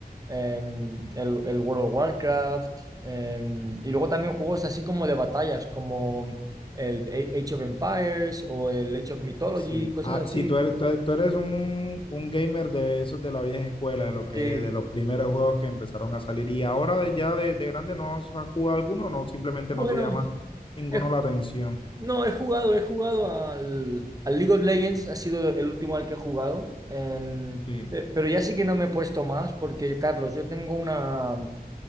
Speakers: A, on the right; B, on the left.
A: em, el, el World of Warcraft, em, y luego también juegos así como de batallas, como el A- Age of Empires o el Age of Mythology,
B: Sí,
A: cosas
B: ah,
A: así.
B: sí, tú eres, tú eres, tú eres un, un gamer de esos de la vieja escuela, de lo que,
A: Sí.
B: de los primeros juegos que empezaron a salir y ahora de- ya de, de grande no has jugado alguno, no, simplemente
A: Bueno,
B: no te llama ninguno
A: he ju-
B: la atención.
A: no, he jugado, he jugado al, al League of Legends, ha sido el último al que he jugado, em,
B: Sí,
A: pe- pero ya sí que no me he puesto más porque, Carlos, yo tengo una...